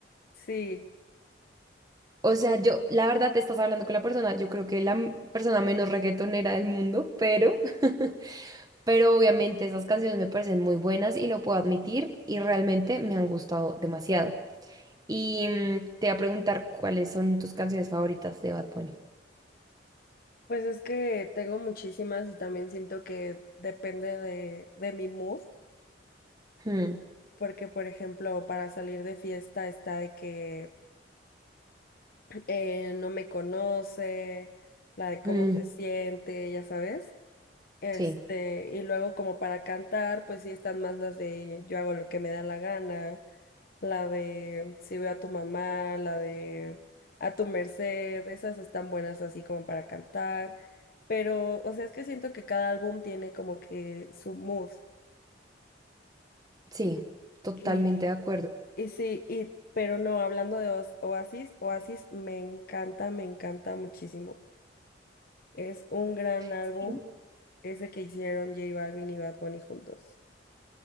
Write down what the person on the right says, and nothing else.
O sea, yo, la verdad, te estás hablando con la persona, yo creo que la m- persona menos reggaetonera del mundo, pero, <laughs> pero obviamente esas canciones me parecen muy buenas y lo puedo admitir y realmente me han gustado demasiado. Y mm, te voy a preguntar cuáles son tus canciones favoritas de Bad Bunny.
Hmm,
mm,
sí.
Sí, totalmente
de acuerdo.
Sí.